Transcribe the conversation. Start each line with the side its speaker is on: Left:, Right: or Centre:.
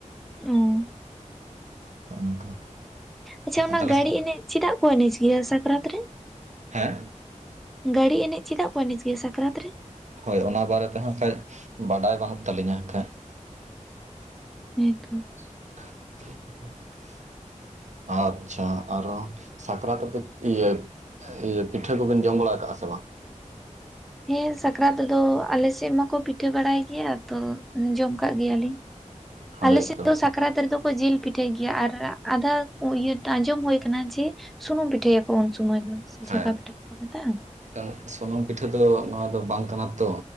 Centre: ᱚ,
Right: ᱚᱱᱠᱟ
Centre: ᱟᱪᱷᱟ ᱚᱱᱟ
Right: ᱛᱟᱦᱚᱞᱮ
Centre: ᱜᱟᱹᱲᱤ ᱮᱱᱮᱡ ᱪᱮᱫᱟᱜ ᱠᱚ ᱮᱱᱮᱡ ᱜᱮᱭᱟ ᱥᱟᱠᱨᱟᱛ ᱨᱮ?
Right: ᱦᱮᱸ
Centre: ᱜᱰᱤ ᱮᱱᱮᱡ ᱪᱮᱫᱟᱜ ᱠᱚ ᱱᱤᱡ ᱜᱮ ᱥᱟᱠᱨᱟᱛ ᱨᱮ?
Right: ᱦᱳᱭ ᱚᱱᱟ ᱵᱟᱨᱮ ᱛᱮᱦᱸ ᱠᱷᱟᱡ ᱵᱟᱰᱟᱭ ᱵᱟᱹᱱᱩᱜ ᱛᱟᱹᱞᱤᱧᱟ ᱠᱷᱟᱡ᱾
Centre: ᱦᱮ ᱛᱚ
Right: <inaudible> ᱟᱪᱷᱟ ᱟᱨᱚ ᱥᱟᱠᱨᱟᱛ ᱨᱮᱫ ᱤᱭᱟᱹ ᱤᱭᱟᱹ ᱯᱤᱴᱷᱟᱹ ᱠᱚᱵᱤᱱ ᱡᱚᱢ ᱵᱟᱲᱟ ᱠᱟᱜ-ᱟ ᱥᱮ ᱵᱟᱝ?
Centre: ᱦᱮᱸ ᱥᱟᱠᱨᱟᱛ ᱨᱮ ᱫᱚ ᱟᱞᱮᱥᱮᱫ ᱢᱟᱠᱚ ᱯᱤᱴᱷᱟᱹ ᱵᱟᱲᱟᱭ ᱜᱮᱭᱟ ᱛᱚ ᱡᱚᱢ ᱠᱟᱜ ᱜᱮᱭᱟᱞᱤᱧ᱾
Right: ᱦᱳᱭ
Centre: ᱟᱞᱮ ᱥᱮᱫ
Right: ᱛᱚ
Centre: ᱫᱚ ᱥᱟᱠᱨᱟᱛ ᱨᱮᱫᱚ ᱠᱚ ᱡᱤᱞ ᱯᱤᱴᱷᱟᱭ ᱜᱮᱭᱟ᱾ ᱟᱨ ᱟᱫᱷᱟ ᱤᱭᱟᱹ ᱟᱸᱡᱚᱢ ᱦᱩᱭ ᱟᱠᱟᱱᱟᱟᱱᱟ ᱡᱮ ᱥᱩᱱᱩᱢ ᱯᱤᱴᱷᱟᱹᱭᱟᱠᱚ ᱩᱱ ᱥᱚᱢᱟᱹᱭ ᱫᱚ᱾ ᱥᱮ
Right: ᱦᱮᱸ
Centre: ᱡᱷᱟᱠᱟ ᱯᱤᱴᱷᱟᱹ ᱠᱚ ᱢᱮᱛᱟᱜ-ᱟ᱾
Right: ᱢᱮᱱᱠᱷᱟᱱ ᱥᱩᱱᱩᱢ ᱯᱤᱴᱷᱟᱹ ᱫᱚ ᱱᱚᱣᱟ ᱫᱚ ᱵᱟᱝ ᱠᱟᱱᱟ ᱛᱚ᱾